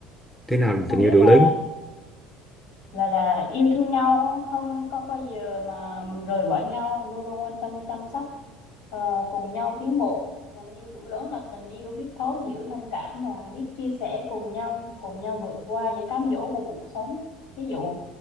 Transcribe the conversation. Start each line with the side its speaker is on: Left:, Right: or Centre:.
Centre: thế nào là
Left: có
Centre: tình yêu
Left: nghĩa
Centre: đủ
Left: là
Centre: lớn
Left: là là yêu thương nhau không có bao giờ mà rời bỏ nhau luôn luôn quan tâm chăm sóc ờ, cùng nhau tiến bộ tình yêu đủ lớn là tình yêu biết thấu hiểu thông cảm và biết chia sẻ cùng nhau cùng nhau vượt qua những cám dỗ của cuộc sống ví dụ